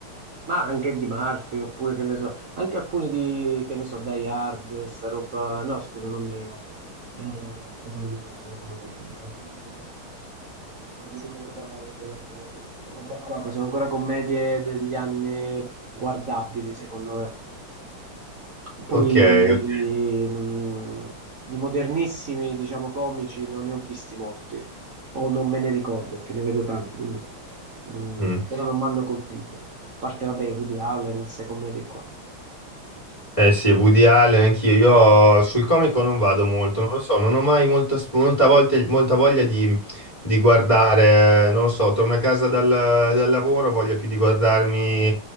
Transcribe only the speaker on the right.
ma anche di Murphy, oppure che ne so, anche alcuni di, che ne so, Die Hard, sta roba, no scusa, non Die Hard, eh, con, eh, vabbè, non mi viene il nome. Poliziotto a Marengo, questa roba qua, che sono ancora commedie degli anni guardabili, secondo me. Poi
non- di modernissimi, diciamo, comici non ne ho visti molti, o non me ne ricordo, che ne vedo tanti, quindi, mm,
però non mi hanno colpito. A parte, vabbè, i Woody Allen, queste commedie qua.